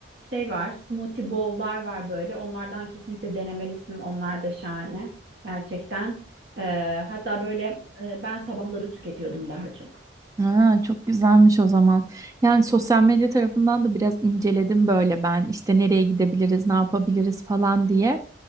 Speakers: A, on the right; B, on the right.
A: Şey var, smoothie bowl'lar var böyle. Onlardan kesinlikle denemelisin. Onlar da şahane. Gerçekten. Ee, hatta böyle e, ben sabahları tüketiyordum daha çok.
B: Ha, çok güzelmiş o zaman. Yani sosyal medya tarafından da biraz inceledim böyle ben. İşte nereye gidebiliriz, ne yapabiliriz falan diye.